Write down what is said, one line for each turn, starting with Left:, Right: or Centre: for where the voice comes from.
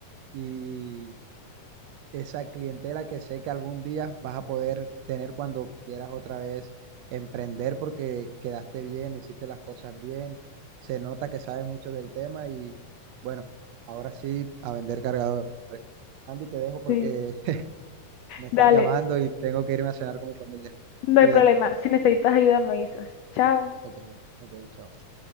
Right: y esa clientela que sé que algún día vas a poder tener cuando quieras otra vez emprender porque quedaste bien, hiciste las cosas bien, se nota que sabes mucho del tema y bueno, ahora sí a vender cargadores. Andy, te dejo porque
Left: Sí,
Right: <laughs> me están
Left: dale,
Right: llamando y tengo que irme a cenar con mi familia.
Left: no
Right: Cuídate.
Left: hay problema. Si necesitas ayuda, me avisas. Chao.
Right: Ok, ok, chao.